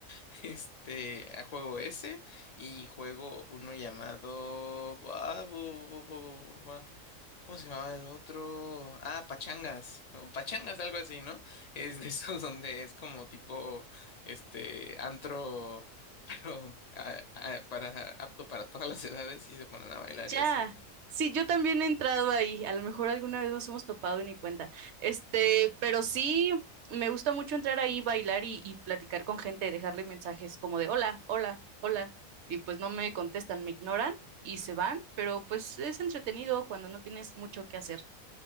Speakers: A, on the left (about 65°); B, on the right (about 65°).
A: <laughs> Este, a juego ese y juego uno llamado... ah, bu- bu- bu- bu- bu- bu- ¿Cómo se llamaba el otro? Ah, pachangas, o pachangas, algo así, ¿no? Es de <laughs> esos donde es como tipo, este, antro, <laughs> pero ah, ah, para, apto para todas las edades y se ponen a bailar
B: Ya.
A: y así.
B: Sí, yo también he entrado ahí. A lo mejor alguna vez nos hemos topado y ni cuenta. Este, pero sí, me gusta mucho entrar ahí, bailar y, y platicar con gente, dejarle mensajes como de hola, hola, hola. Y pues no me contestan, me ignoran y se van, pero pues es entretenido cuando no tienes mucho que hacer.